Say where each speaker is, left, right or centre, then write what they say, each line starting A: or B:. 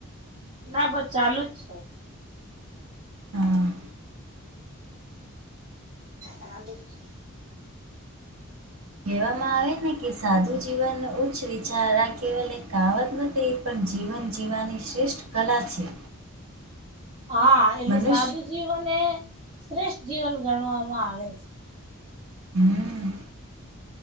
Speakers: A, on the right; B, on the right.
A: ના બસ ચાલુ જ છે.
B: હા.
A: ચાલુ જ છે.
B: કેવામાં આવે ને કે સાધું જીવન ઉચ્ચ વિચારા કેવલ એક કહેવત નથી પણ જીવન જીવવાની શ્રેષ્ઠ કલા છે.
A: હા એટલે
B: મનુષ્ય
A: સાદું જીવન એ શ્રેષ્ઠ જીવન ગણવામાં આવે છે.
B: હમ.